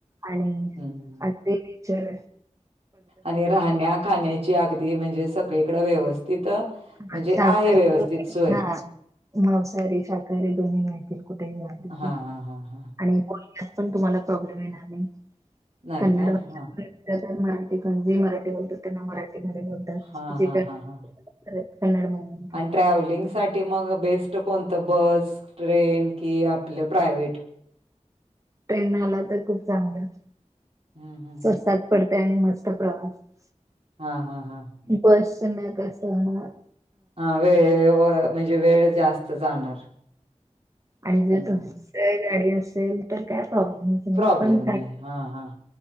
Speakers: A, on the right (about 25°); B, on the right (about 50°).
A: आणि
B: हम्म.
A: तेीचर
B: आणि राहण्या खाण्याची अगदी म्हणजे सगळीकडे व्यवस्थित म्हणजे
A: हा शाकाहारी
B: आहे व्यवस्थित सोय
A: हा मांसाहारी शाकाहारी दोन्ही मिळतील कुठेही जा तिथं
B: हां, हां, हां, हां.
A: आणि पण तुम्हाला प्रॉब्लेम येणार नाही
B: नाही
A: कन्नड
B: काय?
A: भाषेक
B: हां,
A: मराठी पण जी मराठी बोलतात त्यांना मराठीमध्ये बोलतात
B: हां,
A: जे
B: हां, हां, हां.
A: अ कनड मम
B: आणि ट्रॅव्हलिंगसाठी मग बेस्ट कोणतं बस ट्रेन की आपलं प्रायवे्ट
A: ट्रेनड आला तर खूप चांगला
B: हम हम हम
A: प्रसाद पडते आणि मस्त प्रवास
B: हा हा हा
A: बस ना कसंणार
B: हा वेळे म्हणजे वेळ जास्त जाणार
A: आणि जर
B: हं.
A: तुमच गाडी असेल तर काय प्रॉब्लेम
B: प्रॉब्लेम
A: हो पण
B: नाही. हां, हां.